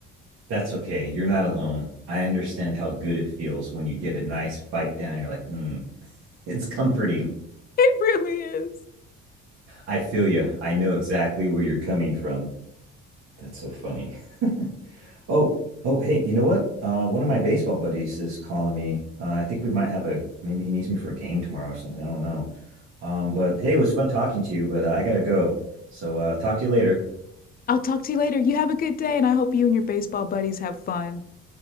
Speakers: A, on the right (about 55°); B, on the left (about 30°).
A: that's okay you're not alone i understand how good it feels when you get a nice bite down you're like mm, <laughs> it's comforting
B: It really is.
A: i feel you i know exactly where you're coming from That's so funny. <laughs> Oh, oh, hey, you know what? Uh, one of my baseball buddies is calling me. Uh, I think we might have a maybe he needs me for a game tomorrow or something. I don't know. Um, but hey, it was fun talking to you, but uh, I gotta go. So uh, talk to you later.
B: I'll talk to you later. You have a good day, and I hope you and your baseball buddies have fun.